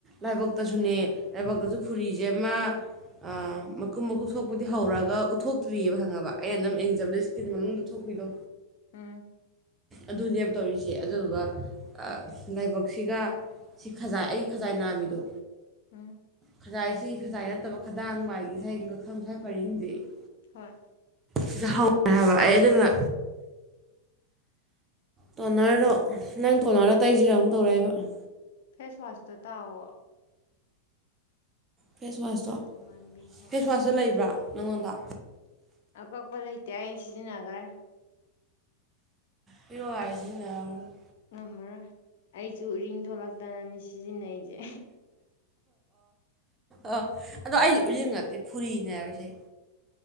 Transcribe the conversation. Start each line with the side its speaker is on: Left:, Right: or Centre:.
Right: ꯂꯥꯏꯕꯛꯇꯖꯨꯅꯦ ꯂꯥꯏꯕꯛꯇꯖꯨ ꯐꯨꯔꯤꯖꯦ ꯑꯃ꯫ ꯑꯥ ꯃꯀꯨꯞ ꯃꯀꯨꯞ ꯊꯣꯛꯄꯗꯤ ꯍꯧꯔꯒ ꯎꯠꯊꯣꯛꯇ꯭ꯔꯤꯌꯦꯕ ꯈꯪꯉꯕ ꯑꯩꯅ ꯑꯗꯨꯝ ꯑꯦꯡꯖꯕꯗ ꯁ꯭ꯀ꯭ꯤꯟ ꯃꯅꯨꯡꯗ ꯊꯣꯛꯄꯤꯗꯣ꯫
Left: ꯎꯝ
Right: ꯑꯗꯨꯅꯦꯕ ꯇꯧꯔꯤꯖꯦ ꯑꯗꯨꯗꯨꯒ ꯑ ꯂꯥꯏꯕꯛꯁꯤꯒ꯫ ꯁꯤ ꯈꯖꯥꯏ ꯑꯩꯒꯤ ꯈꯖꯥꯏ ꯅꯥꯝꯃꯤꯗꯣ꯫
Left: ꯎꯝ
Right: ꯈꯖꯥꯏ ꯁꯤ ꯈꯖꯥꯏ ꯅꯠꯇꯕ ꯈꯗꯥꯡ ꯋꯥꯏꯒꯤ ꯁꯥꯏꯒꯤ ꯉꯛꯁꯝ ꯁꯥꯏ ꯄꯔꯤꯡꯖꯦ ꯫
Left: ꯍꯣꯏ
Right: ꯁꯤꯗ ꯍꯧꯔꯦ ꯍꯥꯏꯕ ꯑꯩ ꯑꯗꯨꯅ꯫ ꯇꯣꯅꯔꯗꯣ ꯅꯪ ꯇꯣꯅꯔꯗꯣ ꯇꯩꯁꯤꯔꯥ ꯑꯃꯨꯛ ꯇꯧꯔꯛꯏꯕ ꯫
Left: ꯐꯦꯁꯋꯥꯁꯇꯣ ꯇꯥꯎꯑꯣ ꯫
Right: ꯐꯦꯁ ꯋꯥꯁꯇꯣ
Left: ꯑꯗꯨ ꯃꯥꯟꯕꯤ ꯍꯣꯏ
Right: ꯐꯦꯁ ꯋꯥꯁꯇꯣ ꯂꯩꯕ꯭ꯔꯥ ꯅꯪꯉꯣꯟꯗ꯫
Left: ꯑꯀꯛꯄ ꯂꯩꯇꯦ ꯑꯩ ꯁꯤꯖꯤꯟꯅꯒꯔ꯭ꯦ ꯫
Right: ꯄꯔꯣ ꯌꯥꯔꯦ ꯁꯤꯖꯤꯟꯅꯧꯔꯅꯨ ꯫
Left: ꯉꯝꯃꯔꯣꯏ ꯑꯩꯖꯨ ꯎꯔꯤꯡ ꯊꯣꯛꯂꯛꯇꯅꯅꯤ ꯁꯤꯖꯤꯟꯅꯩꯖꯦ
Right: ꯑ ꯑꯗꯣ ꯑꯩꯗꯤ ꯎꯔꯤꯡ ꯅꯠꯇꯦ ꯐꯨꯔꯤꯅꯦ ꯍꯥꯏꯕꯁꯦ꯫